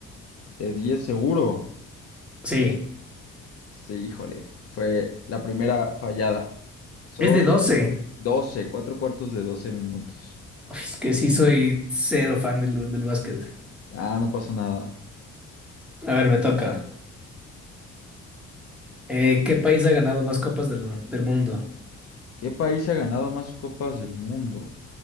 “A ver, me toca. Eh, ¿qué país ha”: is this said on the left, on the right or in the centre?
Centre